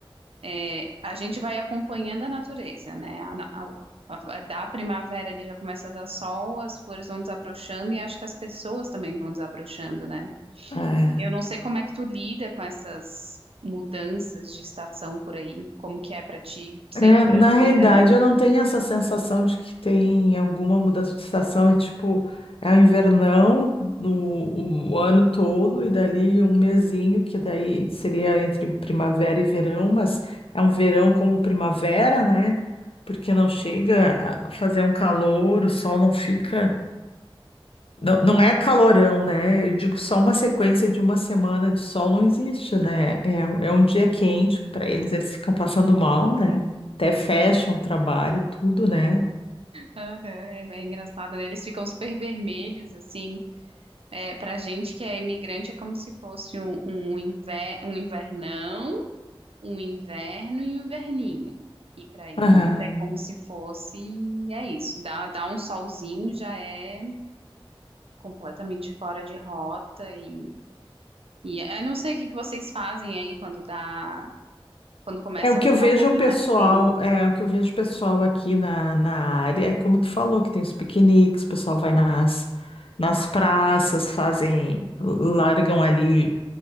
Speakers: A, on the right (about 80°); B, on the left (about 70°).
A: é, a gente vai acompanhando a natureza, né? A, na- a, a- da primavera ali já começa a dar sol, as flores vão desabrochando e acho que as pessoas também vão desabrochando, né?
B: é.
A: Eu não sei como é que tu lida com essas mudanças de estação por aí, como que é pra ti, sendo
B: É,
A: brasileira,
B: na realidade,
A: né?
B: eu não tenho essa sensação de que tem alguma mudança de estação. É tipo, é o invernão no, o ano todo, e dali um mesinho, que daí seria entre primavera e verão, mas é um verão como primavera, né? Porque não chega a fazer um calor, o sol não fica. Não, não é calorão, né? Eu digo só uma sequência de uma semana de sol não existe, né? É, é um dia quente que para eles eles ficam passando mal, né? Até fecham o trabalho e tudo, né?
A: Aham, é, é engraçado, né? Eles ficam super vermelhos, assim. É, pra gente que é imigrante é como se fosse um, um, inver, um invernão, um inverno e um inverninho. E pra eles
B: Aham.
A: é como se fosse, é isso, dá, dá um solzinho já é completamente fora de rota e E eu não sei o que que vocês fazem aí quando dá quando começa
B: É o que
A: a ficar
B: eu vejo
A: um pouquinho
B: o pessoal,
A: mais quente.
B: é o que eu vejo o pessoal aqui na, na área, é como tu falou, que tem os piqueniques, o pessoal vai nas, nas praças, fazem, largam ali,